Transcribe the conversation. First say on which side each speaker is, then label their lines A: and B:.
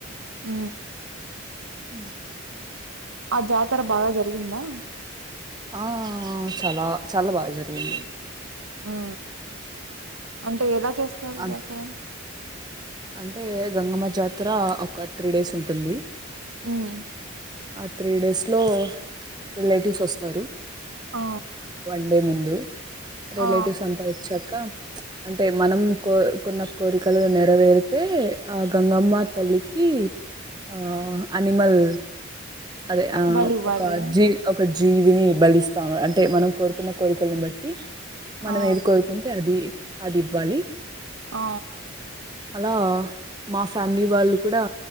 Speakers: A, on the right; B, on the right.
A: ఉ
B: ఉ
A: ఆ జాతర బాగా జరిగిందా
B: ఆ చాల చాలా బాగా జరిగింది
A: ఉ అంటే ఎలా చేస్తారు
B: అన్-
A: జాతర
B: అంటే గంగమ్మ జాతర ఒక త్రీ డేస్ ఉంటుంది
A: ఉమ్
B: ఆ త్రీ డేస్ లో రిలేటివ్స్ వస్తారు
A: ఆ
B: వన్ డే ముందు రిలేటివ్స్
A: ఆ
B: అంతా వచ్చాక అంటే మనం కోరుకున్న కోరికలు నెరవేరు అతే ఆ గంగమ్మ తల్లికి ఆ అనిమల్ అదే ఆహ్
A: బలి ఇవ్వాలి
B: ఒక జీ ఒక జీవిని బలిస్తా అంటే మనం కోరుకున్న కోరికల్ని బట్టి మనం
A: ఆ
B: ఏది కోరుకుంటే అది అది ఇవ్వాలి
A: ఆ
B: అలా మా ఫ్యామిలీ వాళ్ళు కూడా